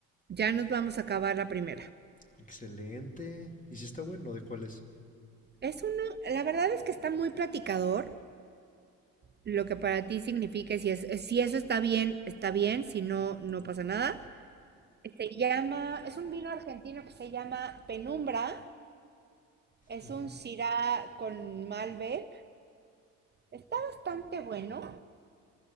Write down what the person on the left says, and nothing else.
Excelente. ¿Y si está bueno? ¿De cuál es?
Ujú.